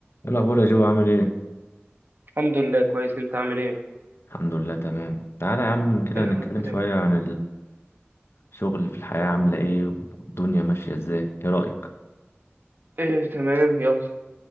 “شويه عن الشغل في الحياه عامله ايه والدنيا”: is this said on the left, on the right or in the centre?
Left